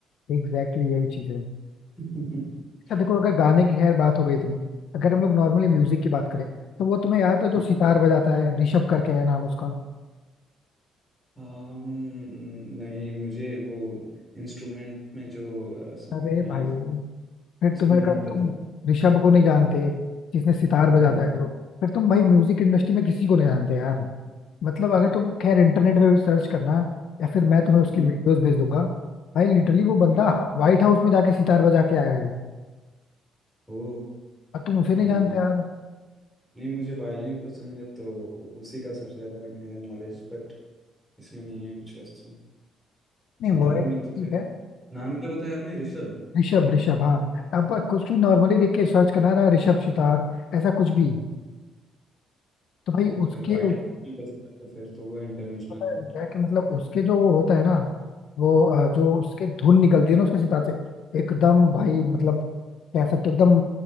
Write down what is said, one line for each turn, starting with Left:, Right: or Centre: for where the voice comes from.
Left: एग्जैक्टली यही चीज है
Centre: <laughs>
Left: अच्छा देखो अगर गाने की खैर बात हो गई इतनी अगर हम लोग नॉर्मली म्यूजिक की बात करें तो वो तुम्हें याद है जो
Centre: हाँ
Left: सितार बजाता है ऋषभ करके है नाम उसका
Centre: अम, नहीं मुझे वो इंस्ट्रूमेंट में जो अ, स-
Left: अरे
Centre: है
Left: भाई फिर
Centre: उसमें
Left: तुम्हें
Centre: नहीं
Left: अगर
Centre: पता
Left: तुम ऋषभ को नहीं जानते जिसने सितार बजाता
Centre: नहीं
Left: है तो फिर तुम भाई म्यूजिक इंडस्ट्री में किसी को नहीं जानते यार मतलब अगर तुम खैर इंटरनेट पे भी सर्च करना या फिर मैं तुम्हें उसकी
Centre: हाँ,
Left: वीडियोस भेज दूंगा भाई लिटरली वो बंदा
Centre: नहीं।
Left: व्हाइट हाउस में जाके सितार बजा के आया है
Centre: ओ
Left: और तुम उसे नहीं
Centre: भाई
Left: जानते यार
Centre: नहीं मुझे वायलिन पसंद है तो उसी का सबसे ज्यादा है नॉलेज बट इसमें नहीं है कुछ वैसा
Left: नहीं
Centre: सितार
Left: वर्ड
Centre: में
Left: ठीक
Centre: तो फिर
Left: है
Centre: नाम क्या बताया आपने ऋषभ
Left: ऋषभ ऋषभ हाँ अब कुछ भी नॉर्मली देख के सर्च करना ना ऋषभ सितार ऐसा कुछ भी तो भाई
Centre: वाइड
Left: उसके
Centre: बजाया तो फिर तो वो इंटरनेशनल
Left: पता है
Centre: है
Left: क्या है कि मतलब उसके जो वो होता है ना वो अ, जो उसके धुन निकलती है ना उसके सितार से एकदम भाई मतलब कह सकते हो एकदम